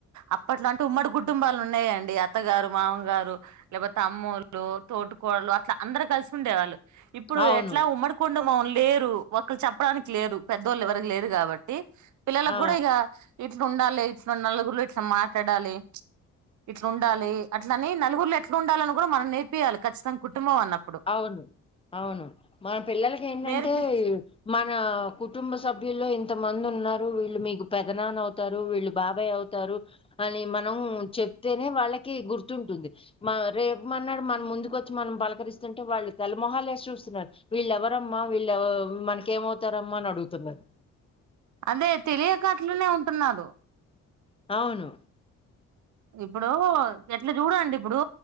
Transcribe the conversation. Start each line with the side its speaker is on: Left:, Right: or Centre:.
Right: అప్పట్లాంటే ఉమ్మడి కుటుంబాలు ఉన్నాయంండి. అత్తగారు మామ గారు లేకపోతే తమ్ముళ్లు తోటుకోడలు అట్ అందరు కలిసి ఉండేవాళ్ళు ఇప్పుడు
Left: అవును
Right: ఎట్లా ఉమ్మడికుండ మన్ లేరు ఒకరు చెప్పడానికి లేరు పెద్దవాళ్ళు ఎవరికి లేరు కాబట్టి పిల్లలకు
Left: ఆ
Right: కూడా ఇక ఇట్లా ఉండాలి ఇట్లా నలుగురిలో ఇట్లా మాట్లాడాలి ఇట్లా ఉండాలి. అట్లని నలుగురిలో ఎట్లా ఉండాలని కూడా మనం నేర్పించయాలి. ఖచ్చితంగా కుటుంబం అన్నప్పుడు
Left: అవును అవును మన పిల్లలకి ఏంటంటే
Right: నేర్పి
Left: మన కుటుంబ సభ్యుల్లో ఇంత మంది ఉన్నారు. వీళ్ళు మీకు పెదనాన్న అవుతారు వీళ్ళు బాబాయ్ అవుతారు అని మనం చెప్తేనే వాళ్ళకి గుర్తుంటుంది. రేపున్నాడు మన ముందుకొచ్చి మన కరిస్తుంటే వాళ్ళు తలమొహాలు వేసి చూస్తున్నారు. వీళ్ళు ఎవరమ్మా వీళ్ళువ మనక ఏమవుతారమ్మా అని అడుగుతున్నారు.
Right: అదే తెలియ కాట్లునే ఉంటున్నాడు
Left: అవును
Right: ఇప్పుడు ఎట్లా చూడండి. ఇప్పుడు